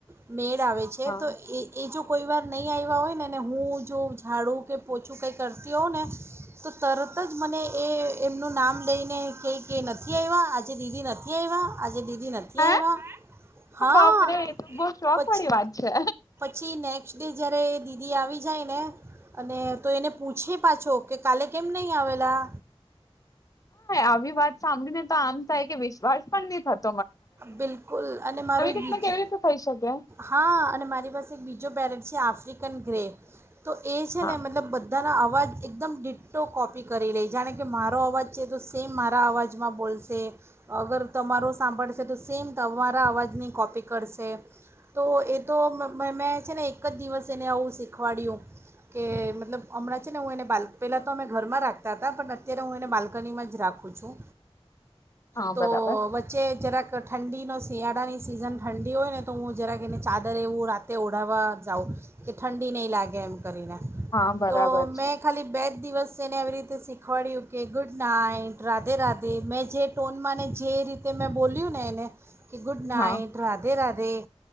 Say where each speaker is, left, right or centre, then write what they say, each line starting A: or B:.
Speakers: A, on the right; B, on the left.
A: મેડ આવે છે.
B: હા
A: તો એ એ જો કોઈ વાર નહીં આવ્યા હોય ને ને હું જો ઝાડું કે પોછું કંઈ કરતી હોઉં ને તો તરત જ મને એ એમનું નામ લઈને કંઈ ક નથી આવ્યા આજે દીદી નથી આવ્યા આજે દીદી. નથી
B: હે
A: આવ્યા હા
B: બાપરેે તો બહ શોખ
A: પછી
B: વાળી વાત છે.
A: પછી નેક્સ્ટ ડે જ્યારે દીદી આવી જાય ને અને તો એને પૂછે પાછો કે કાલે કેમ નહીં આવેલા.
B: હા આવી વાત સાંભળીને તો આમ. થાય કે વિશ્વાસ પણ નહી થ
A: બિલકુલ અને મારો એક
B: રીતના
A: બીજો
B: કેવી રીતે થઈ શકે
A: હા અને મારી પાસે એક બીજો પેરેટ છે આફ્રિકન ગ્રે. તો એ છે
B: હા
A: ને મતલબ બધાના અવાજ એકદમ દી ફોટો કોપી કરી લે જાણે કે મારો અવાજ છે તો સેમ મારા અવાજમાં બોલશે અગર તમારો સાંભળ તો સેમ તમારા અવાજની કોપી કરશે, તો એ તો મેં છે ને એક જ દિવસ એને આવું શીખવાડ્યું કે મતલબ હમણાં છે ને હું એને બા પહેલાં તો અમે ઘરમાં રાખતા હતા પણ અત્યારે હું એને બાલ્કનીમાં જ રાખું છું.
B: હા
A: તો
B: બરાબર
A: વચ્ચે જરાક. તો ઠંડીનો શિયાળાની સિઝન ઠંડી હોય ને તો હું જરાક એને ચાદર એવું રાતે ઓઢાવવા જાઉં કે ઠંડી નહીં લાગે એમ. કરીને
B: હા બરાબર
A: તો મેં
B: છે
A: ખાલી બે જ દિવસ. તેને એવી રીતે શીખવાડ્યું કે ગુડ નાઈટ રાધે રાધે મેં જે ટોનમાં ને જે રીતે મેં બોલ્યું ને એને. કે ગુડ નાઇટ,
B: હા
A: રાધે રાધે.